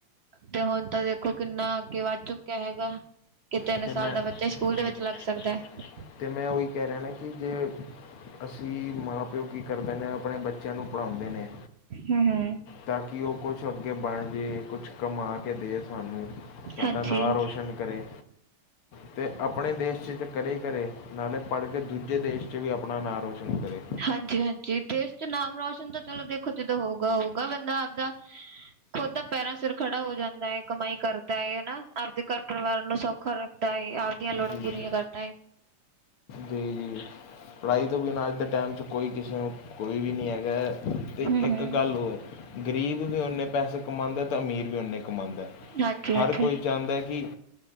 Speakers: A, on the right; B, on the left.
A: ਤੇ ਹੁਣ ਤਾਂ ਦੇਖੋ ਕਿੰਨਾ ਅੱਗੇ ਵੱਧ ਚੁੱਕਿਆ ਹੈਗਾ ਕਿ ਤਿੰਨ
B: ਅਤੇ
A: ਸਾਲ
B: ਮੈਂ
A: ਦਾ
B: ਹਾਂਜੀ
A: ਬੱਚਾ ਸਕੂਲ ਦੇ ਵਿੱਚ ਲੱਗ ਸਕਦਾ ਹੈ
B: ਅਤੇ ਮੈਂ ਉਹੀ ਕਹਿ ਰਿਹਾ ਨਾ ਕਿ ਜੇ ਅਸੀਂ ਮਾਂ ਪਿਓ ਕੀ ਕਰਦੇ ਨੇ ਆਪਣੇ ਬੱਚਿਆਂ ਨੂੰ ਪੜ੍ਹਾਉਂਦੇ ਨੇ
A: ਹੂੰ ਹੂੰ
B: ਤਾਂ ਕਿ ਉਹ ਕੁਛ ਅੱਗੇ ਬਣ ਜਾੇ ਕੁਛ ਕਮਾ ਕੇ ਦੇਵੇ ਸਾਨੂੰ ਸਾਡਾ
A: ਹਾਂਜੀ
B: ਨਾਂ ਰੋਸ਼ਨ ਕਰੇ ਅਤੇ ਆਪਣੇ ਦੇਸ਼ ' ਕਰੇ ਕਰੇ ਨਾਲੇ ਪੜ੍ਹ ਕੇ ਦੂਜੇ ਦੇਸ਼ 'ਚ ਵੀ ਆਪਣਾ ਨਾਂ ਰੋਸ਼ਨ ਕਰੇ
A: ਹਾਂਜੀ ਹਾਂਜੀ ਦੇਸ਼ ਚ ਨਾਮ ਰੋਸ਼ਨ ਤਾਂ ਚਲੋ ਦੇਖੋ ਜਦੋਂ ਹੋਊਗਾ ਹੋਊਗਾ ਬੰਦਾ ਆਪਦਾ ਖੁਦ ਦਾ ਪੈਰਾਂ ਸਿਰ ਖੜ ਖੜਾ ਹੋ ਜਾਂਦਾ ਹੈ ਕਮਾਈ ਕਰਦਾ ਹੈ ਹਨਾ ਆਪਦੇ ਘਰ ਪਰਿਵਾਰ ਨੂੰ ਸੌਖਾ ਰੱਖਦਾ ਹੈਏ ਆਪਦੀਆਂ ਲੋੜਾਂ
B: ਜੀ
A: ਪੂਰੀਆਂ
B: ਜੀ
A: ਕਰਦਾ ਹੈ
B: ਜੀ ਜੀ ਪੜ੍ਹਾਈ ਤੋਂ ਬਿਨਾਂ ਅੱਜ ਦੇ ਟਾਈਮ 'ਚ ਕੋਈ ਕਿਸੇ ਨੂੰ ਕੋਈ ਵੀ ਨਹੀਂ ਹੈਗਾ ਅਤੇ
A: ਹੂੰ
B: ਇੱਕ
A: ਹੂੰ
B: ਗੱਲ ਹੋਰ ਗਰੀਬ ਵੀ ਉਨੇ ਪੈਸੇ ਕਮਾਦੇ ਅਤੇ ਅਮੀਰ ਵੀ ਉਨੇ ਕਮਉਦਾ
A: ਹਾਂਜੀ ਹਾਂਜੀ
B: ਹਰ ਕੋਈ ਚਾਹੁੰਦਾ ਹੈ ਕਿ